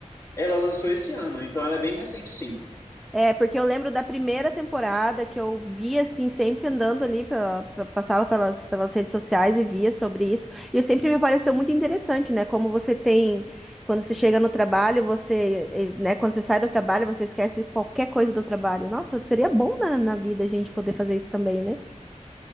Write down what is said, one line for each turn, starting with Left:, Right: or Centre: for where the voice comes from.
Left: ela lançou esse ano, então ela é bem recente, sim.
Centre: É, porque eu lembro da primeira temporada que eu via, assim, sempre andando ali, pela- pa- passava pelas, pelas redes sociais e via sobre isso. E sempre me pareceu muito interessante, né? Como você tem, quando você chega no trabalho, você, eh, né? Quando você sai do trabalho, você esquece qualquer coisa do trabalho. Nossa, seria bom na, na vida a gente poder fazer isso também, né?